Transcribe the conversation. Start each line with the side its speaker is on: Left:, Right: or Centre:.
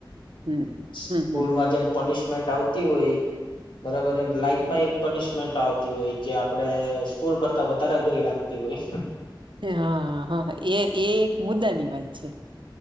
Right: હમ
Left: સકૂલમાં
Right: હમ હમ
Left: જેમ પનીશ ન્ટ આવતી હોય બરાબર એમ લાઈફમાં એક પનિશમેન્ટ આવતી હોય જે આપડે સ્કૂલ કરતા વધારે અઘરી લાગતી હોય.
Right: હા હા એ એ એક મુદ્દાની વાત છે.